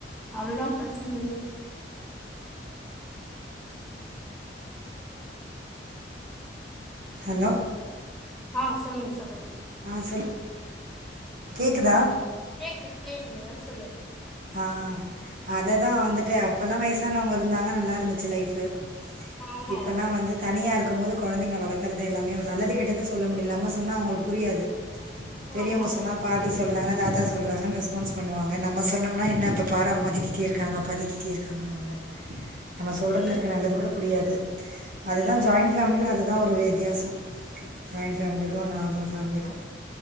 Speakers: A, in the centre; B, on the right.
A: அதுதா பிரச்சனையே
B: ஹலோ
A: ஆ சொல்லுங்க சொல்லுங்க
B: ஆ சொல்லு கேக்குதா
A: கேக்குது கேக்குதுங்க சொல்லுங்
B: ஆ அததா வந்துட்டு அப்பெல்லா வயசானவங்க இருந்தாங்க நல்லாருந்துச்சு லைஃப்பு
A: ஆமா
B: இப்பெல்லா வந்து தனியா இருக்கும் போது கொழந்தைங்க வளக்கறது எல்லாமே ஒரு நல்லது கெட்டது சொல்ல முடியல நம்ம சொன்னா அவங்களுக்கு புரியாது பெரியவங்க
A: ஆமாங்க
B: சொன்னா பாட்டி சொல்றாங்க தாத்தா சொல்றாங்கன்னு ரெஸ்பான்ஸ் பண்ணுவாங்க நம்ம சொன்னோம்னா என்ன எப்ப பாரு அம்மா திட்டிடே இருக்காங்க அப்பா திட்டிடே இருக்காங்கன்னுவாங்க நம்ம சொல்றதுல
A: ம்
B: இருக்க நல்லது கூட புரியாது அதுதா
A: ஆமா
B: ஜாயின்ட் ஃபேமிலில அதுதா ஒரு வித்தியாசோ ஜாயின்ட் ஃபேமிலிக்கு நார்மல் ஃபேமிலிக்கு